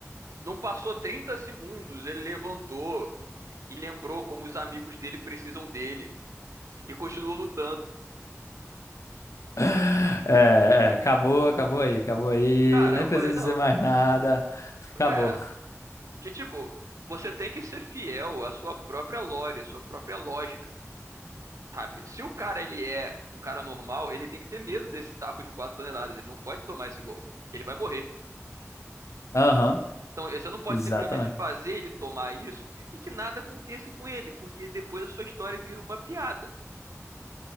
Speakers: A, on the right; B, on the left.
A: Não passou 30 segundos, ele levantou, e lembrou como os amigos dele precisam dele e continuou lutando.
B: É, é, acabou, acabou aí, acabou aí.
A: Cara,
B: Nem
A: eu
B: preciso
A: falei,
B: dizer
A: não,
B: mais nada. Acabou.
A: é, que tipo, você tem que ser fiel à sua própria lore, à sua própria lógica, sabe? Se o cara ele é um cara normal, ele tem que ter medo desse taco de 4 toneladas, ele não pode tomar esse golpe, ele vai morrer.
B: Aham,
A: Então, você não pode
B: exatamente.
A: simplesmente fazer ele tomar isso e que nada aconteça com ele, porque depois a sua história vira uma piada,